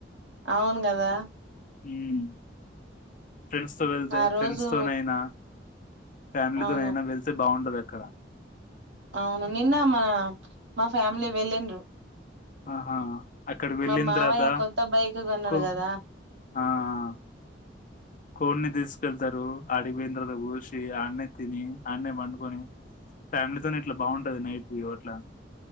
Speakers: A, on the right; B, on the left.
A: అవును కదా
B: హుమ్ ఫ్రెండ్స్ తో వెళ్తే
A: ఆ రోజు
B: ఫ్రెండ్స్ తోనైనా ఫ్యామిలీతో
A: అవును
B: నైన వెళ్తే బాగుండదు అక్కడ
A: అవును నిన్న మన మా ఫ్యామిలీ వెళ్ళిండ్రు
B: ఆహా అక్కడ వెళ్ళిన్
A: మా మావయ్య
B: తర్వాత
A: కొత్త బైక్ కొన్నాడు
B: కు
A: కదా
B: ఆ ఆ కోడిని తీసుకెళ్తారు ఆటికి పోయిన తర్వాత కోసి ఆన్నే తిని ఆన్నే పండుకొని ఫ్యామిలీతోనే ఇట్ల బాగుంటది నైట్ వ్యూ అట్లా